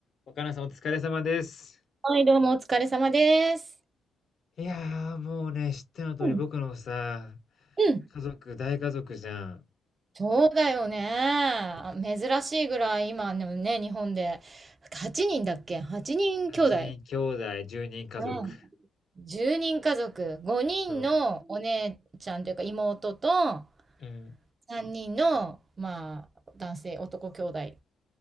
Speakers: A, on the left; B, on the right.
A: 若菜さんお疲れ様です。
B: はい、どうもお疲れ様です。
A: いやー、もうね、知っての通り僕のさ、
B: うん、うん、
A: 家族、大家族じゃん。
B: そうだよね。珍しいぐらい今のね、日本で8人だっけ ?8 人兄弟
A: 8人兄弟、10人家族。
B: うん10人家族、5人のお姉ちゃんというか妹と
A: そう。うん。
B: 3人の、まあ、男性、男兄弟。